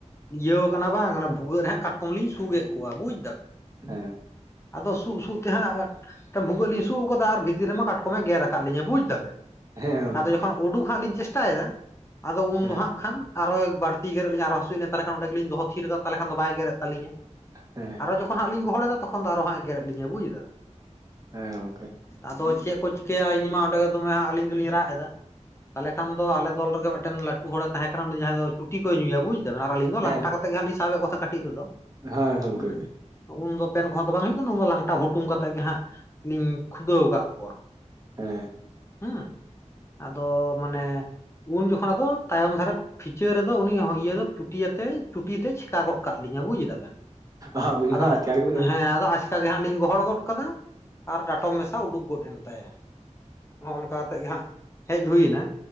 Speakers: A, on the left; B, on the right.
A: ᱤᱭᱟᱹᱣ ᱠᱟᱱᱟ ᱵᱟᱝ ᱚᱱᱟ ᱵᱷᱩᱜᱟᱹᱜ ᱨᱮᱦᱟᱸᱜ ᱠᱟᱴᱠᱚᱢ ᱞᱤᱧ ᱥᱩᱜᱮᱫ ᱠᱚᱣᱟ ᱵᱩᱡ ᱫᱟᱵᱮᱱ,
B: ᱦᱮᱸ
A: ᱟᱫᱚ ᱥᱩᱜ ᱥᱩᱜ ᱛᱮ ᱦᱟᱸᱜ ᱢᱤᱫᱴᱟᱝ ᱵᱷᱩᱜᱟᱹᱜ ᱞᱤᱧ ᱥᱩᱜ ᱟᱠᱟᱫᱟ ᱟᱨ ᱵᱷᱤᱛᱤᱨ ᱨᱮᱢᱟ ᱠᱟᱴᱠᱚᱢᱮ ᱜᱮᱨ ᱟᱠᱟᱫ ᱞᱤᱧᱟ ᱵᱩᱡ ᱫᱟ
B: ᱦᱮᱸ ᱜᱚᱝᱠᱮ
A: ᱟᱫᱚ ᱡᱚᱠᱷᱚᱱ ᱩᱰᱩᱠ ᱦᱟᱸᱜ ᱞᱤᱧ ᱪᱮᱥᱴᱟᱭᱮᱫᱟ ᱟᱫᱚ ᱩᱱᱫᱚ
B: ᱦᱮᱸ
A: ᱦᱟᱸᱜ ᱠᱷᱟᱱ ᱟᱨᱚᱭ ᱵᱟᱹᱲᱛᱤ ᱜᱮᱨᱮᱫ ᱞᱤᱧ ᱟᱨᱚ ᱦᱟᱹᱥᱩᱭᱮᱫ ᱞᱤᱧᱟ ᱛᱟᱦᱚᱞᱮ ᱠᱷᱟᱱ ᱚᱸᱰᱮᱜᱤᱞᱤᱧ ᱫᱚᱦᱚ ᱛᱷᱤᱨ ᱫᱟᱜ ᱛᱟᱦᱞᱮ ᱠᱷᱟᱱ ᱫᱚ ᱵᱟᱭ ᱜᱮᱨᱮᱫ ᱛᱟᱞᱤᱧᱟ ᱾ <inaudible>
B: ᱦᱮᱸ ᱾
A: ᱟᱨᱚ ᱡᱚᱠᱷᱚᱱᱟᱜ ᱞᱤᱧ ᱜᱚᱦᱚᱲᱮᱫᱟ ᱛᱚᱠᱷᱚᱱ ᱫᱚ ᱟᱨᱚ ᱦᱟᱸ ᱮ ᱜᱮᱨᱮᱫ ᱞᱤᱧᱟ ᱵᱩᱡ ᱮᱫᱟ ᱾
B: ᱦᱮᱸ ᱜᱚᱢᱠᱮ ᱾
A: ᱟᱫᱚ ᱪᱮᱫ ᱠᱚ ᱪᱤᱠᱟᱹᱭᱟ ᱤᱧ ᱢᱟ ᱚᱸᱰᱮ ᱜᱮ ᱫᱚᱢᱮ ᱦᱟᱸᱜ ᱟᱹᱞᱤᱧ ᱫᱚᱞᱤᱧ ᱨᱟᱜ ᱮᱫᱟ ᱛᱟᱦᱚᱞᱮ ᱠᱷᱟᱱ ᱫᱚ ᱟᱞᱮ ᱫᱚᱞ ᱨᱮᱜᱮ ᱢᱤᱫᱴᱟᱝ ᱢᱤᱫᱴᱟᱝ ᱞᱟᱹᱴᱩ ᱦᱚᱲᱮ ᱛᱟᱦᱮᱸ ᱠᱟᱱᱟ ᱩᱱᱤ ᱫᱚ ᱡᱟᱦᱟᱸᱭ ᱫᱚ ᱪᱩᱴᱤ ᱠᱚᱭ ᱧᱩᱭᱟ ᱵᱩᱡᱽ ᱟᱨ ᱟᱹᱞᱤᱧ ᱫᱚ
B: ᱦᱮᱸ
A: ᱞᱟᱝᱴᱟ ᱠᱟᱛᱮᱜ ᱜᱮ ᱦᱟᱸᱜ ᱞᱤᱧ ᱥᱟᱵᱮᱫ ᱠᱚᱣᱟ ᱥᱮ ᱠᱟᱹᱴᱤᱡ ᱨᱮᱫᱚ
B: ᱦᱳᱭ ᱜᱚᱝᱠᱮ
A: ᱦᱩᱸ, ᱩᱱᱫᱚ ᱯᱮᱱ ᱠᱚᱦᱚᱸ ᱫᱚ ᱵᱟᱝ ᱦᱩᱭᱩᱜ ᱠᱟᱱᱟ ᱩᱱ ᱫᱚ ᱞᱟᱝᱴᱟ ᱵᱷᱩᱴᱩᱝ ᱠᱟᱛᱮᱜ ᱜᱮ ᱦᱟᱸᱜ ᱞᱤᱧ ᱠᱷᱩᱫᱟᱹᱣ ᱟᱠᱟᱫ ᱠᱚᱣᱟ ᱾
B: ᱦᱮᱸ ᱾
A: ᱦᱢ ᱟᱫᱚ ᱢᱟᱱᱮ ᱩᱱ ᱡᱚᱠᱷ ᱛᱚᱠᱷᱚᱱ ᱟᱫᱚ ᱛᱟᱭᱚᱢ ᱫᱷᱟᱨᱮ ᱯᱷᱤᱪᱟᱹ ᱨᱮᱫᱚ ᱩᱱᱤ ᱤᱭᱟᱹ ᱫᱚ ᱪᱩᱴᱤ ᱟᱛᱮ ᱪᱷᱩᱴᱤ ᱛᱮ ᱪᱮᱠᱟ ᱜᱚᱫ ᱠᱟᱜ ᱞᱤᱧᱟ ᱵᱩᱡ ᱮᱫᱟ ᱵᱮᱱ
B: ᱟᱹᱵᱤᱱ
A: ᱟᱫᱚ
B: ᱦᱚᱸ ᱟᱪᱠᱟ ᱜᱮᱵᱤᱱ
A: ᱦᱮᱸ ᱟᱫᱚ ᱟ ᱟᱪᱠᱟ ᱜᱮ ᱦᱟᱸᱜ ᱞᱤᱧ ᱜᱚᱦᱚᱲ ᱜᱚᱫ ᱠᱟᱫᱟ ᱟᱨ ᱰᱟᱴᱚᱢ ᱢᱮᱥᱟ ᱩᱰᱩᱠ ᱜᱚᱫ ᱮᱱ ᱛᱟᱭᱟ ᱱᱚᱜᱼᱚ ᱱᱚᱝᱠᱟ ᱠᱟᱛᱮᱫ ᱜᱮ ᱦᱟᱸᱜ ᱦᱮᱡ ᱦᱩᱭ ᱮᱱᱟ,